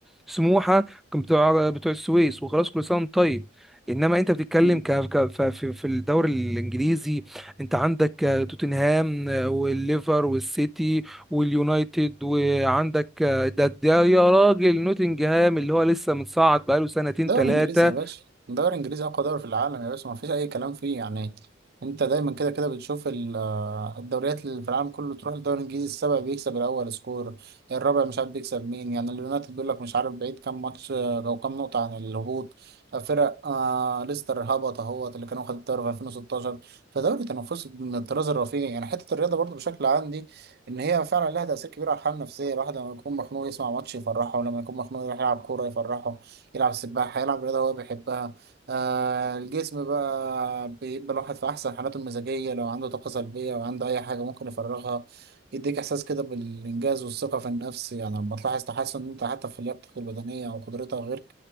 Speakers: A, in the centre; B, on the right.
A: سموحه كان بتوع بتوع السويس وخلاص كل سنه وانت طيب انما انت بتتكلم
B: مم.
A: ك... ك... ف- في في الدوري الانجليزي انت عندك آه، توتنهام آه، والليفر والسيتي واليونايتد وعندك آه، ده ده يا راجل نوتنجهام اللي هو لسه متصعد بقاله سنتين
B: دوري
A: ثلاثة
B: انجليزي يا باشا دوري انجليزي اقوى دوري في العالم يا باشا ما فيش اي كلام فيه يعني انت دايما كده كده بتشوف ال- آه، الدوريات اللي في العالم كله تروح الدوري الانجليزي السابع بيكسب الاول سكور الرابع مش عارف بيكسب مين يعني اليونايتد بيقول لك مش عارف بعيد كام ماتش آه، لو كام نقطة عن الهبوط آه، فرق آه ليستر هبط اهوت اللي كانوا خدوا الدوري في 2016 فدوري تنافسي من الطراز الرفيع يعني حتة الرياضة برضو بشكل عام دي ان هي فعلا لها تأثير كبير على الحالة النفسية الواحد لما يكون مخنوق يسمع ماتش يفرحه ولما يكون مخنوق يروح يلعب كورة يفرحه يلعب سباحة يلعب رياضة هو بيحبها آه الجسم بقى بيبقى الواحد في أحسن حالاته المزاجية لو عنده طاقة سلبية أو عنده أي حاجة ممكن يفرغها يديك إحساس كده بالإنجاز والثقة في النفس يعني لما تلاحظ تحسن أنت حتى في لياقتك البدنية أو قدرتها وغير